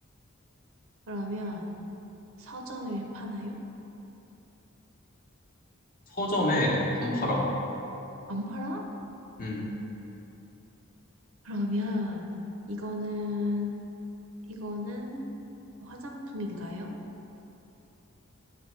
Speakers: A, on the right; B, on the left.
A: 그러면 서점에 파나요?
B: 서점에 안 팔아.
A: 안 팔아?
B: 음,
A: 그러면 이거는, 이거는 화장품인가요?